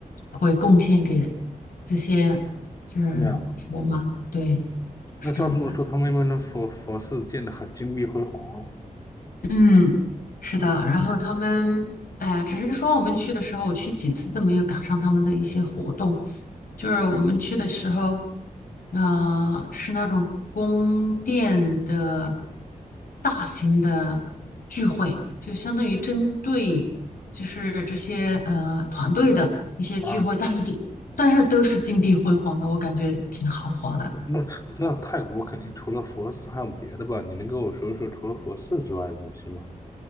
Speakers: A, on the left (about 80°); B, on the left (about 25°).
A: 会贡献给这些就是佛嘛，
B: 寺庙。
A: 对，是这样子。
B: 那照这么说，他们那边的佛佛寺建得很金碧辉煌哦
A: 嗯，是的，然后他们，哎呀，只是说我们去的时候，我去几次都没有赶上他们的一些活动，就是我们去的时候，呃，是那种宫殿的大型的聚会，就相当于针对就是这些呃团队的一些聚会，
B: 啊。
A: 但是就但是都是金碧辉煌的，我感觉挺豪华的。
B: 那那泰国肯定除了佛寺还有别的吧？你能跟我说说除了佛寺之外的东西吗？